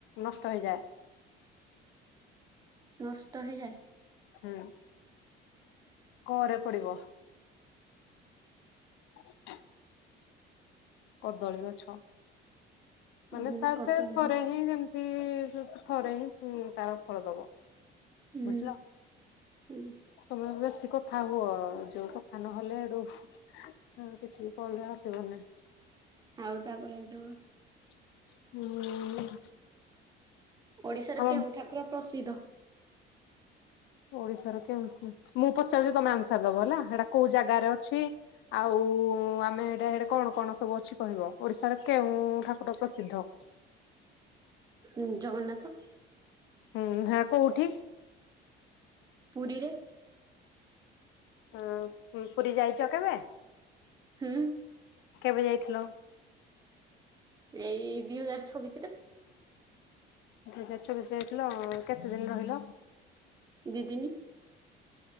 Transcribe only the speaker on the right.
ନଷ୍ଟ ହେଇଯାଏ।
ହୁଁ
କଦଳୀ
ଗଛ
ହୁଁ
ହୁଁ
ଆଉ ତାପରେ ଯୋଉ
ଓଡ଼ିଶାରେ
କେଉଁ ଠାକୁର ପ୍ରସିଦ୍ଧ?
ଉଁ ଜଗନ୍ନାଥ
ପୁରୀରେ।
ହୁଁ।
ଏଇ ଦିଇ ହଜାର ଛବିଶରେ
ଦି ଦିିନି।